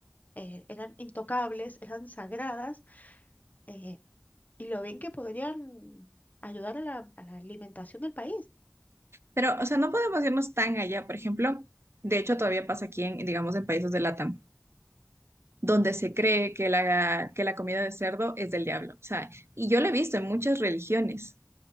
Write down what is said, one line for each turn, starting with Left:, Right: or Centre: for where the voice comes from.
Left: eh, eran intocables, eran sagradas. eh, y lo bien que podrían ayudar a la, a la alimentación del país.
Right: Pero, o sea, no podemos irnos tan allá, por ejemplo, de hecho todavía pasa aquí en, digamos, en países de Latam donde se cree que la, que la comida de cerdo es del diablo. O sea, y yo lo he visto en muchas religiones